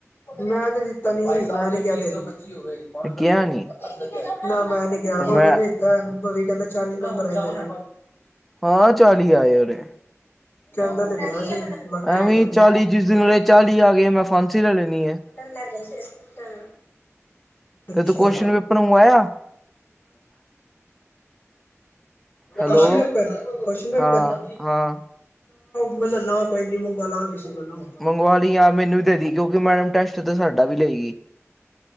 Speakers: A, on the left; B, in the centre.
A: ਮੈਂ ਤੇ ਦਿੱਤਾ ਨੀ ਸੀ ਮੈਂ ਕਿਹਾ ਤੇ <unintelligible>
B: ਗਿਆ ਨੀ
A: ਨਾ ਮੈਂ <unintelligible> ਨੀ ਕਿਹਾ
B: ਤੇ
A: ਬੋ
B: ਮੈਂ
A: ਵੀ ਨਹੀਂ ਇਹ ਬਵੀ ਕਹਿੰਦਾ ਚਾਲੀ ਨੰਬਰ ਆਏ ਮੇਰੇ
B: ਹਾਂ ਚਾਲੀ ਆਏ ਉਰੇ
A: ਕਹਿੰਦਾ ਤੇ ਬੜਾ ਸੀ। ਬਾਕੀ
B: ਏਵੇ
A: ਪਤਾ ਨੀ।
B: ਚਾਲੀ ਜਿਸ ਦਿਨ ਆਰੇ ਚਾਲੀ ਆ ਗਏ ਮੈਂ ਫਾਂਸੀ ਲੈ ਲੈਣੀ ਆ।
A: ਤਾਂ ਲੈ ਗਈ ਸੀ, ਸਕੂਲ ਜਾਣਾ। ਅਛਾ।
B: ਤੇ ਤੂੰ ਕੁਸ਼ਚਨ ਪੇਪਰ ਮੰਗਵਾਇਆ hello
A: question paper, question paper
B: ਹਾਂ
A: ਨਾ
B: ਹਾਂ
A: ਮੈ ਲੇਲਗਾ ਕੋਈ ਨੀ, ਮੰਗਂਵਾ ਲਾਂਗਾ ਕਿਸੇ ਕੋੱਲੋਂ।
B: ਮੰਗਵਾ ਲਈ, ਆ ਮੈਨੂੰ ਵੀ ਦੇ ਦੀ, ਕਿਉਂਕਿ ਮੈਡਮ ਟੈਸਟ ਤੇ ਸਾਡਾ ਵੀ ਲਏਗੀ।